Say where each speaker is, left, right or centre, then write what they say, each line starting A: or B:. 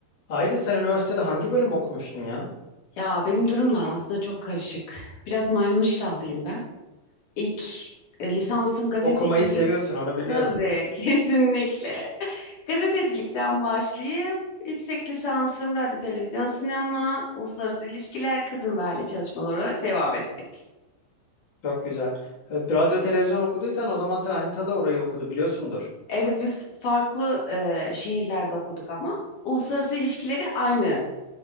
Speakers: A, on the left; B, on the left.
A: Haydi sen üniversitede hangi bölüm okumuştun ya?
B: Ya benim durumlar aslında çok karışık. Biraz maymun iştahlıyım ben. İlk e, lisansım gazetecilik.
A: Okumayı seviyorsun onu biliyorum.
B: Tabii, <laughs> kesinlikle. Gazetecilikten başlayıp yüksek lisansım radyo, televizyon, sinema, uluslararası ilişkiler, kadın ve aile çalışmaları olarak devam ettik.
A: Çok güzel. E, Radyo televizyon okuduysan o zaman sen Anita da orayı okudu biliyorsundur.
B: Evet biz farklı e, şehirlerde okuduk ama uluslararası ilişkileri aynı.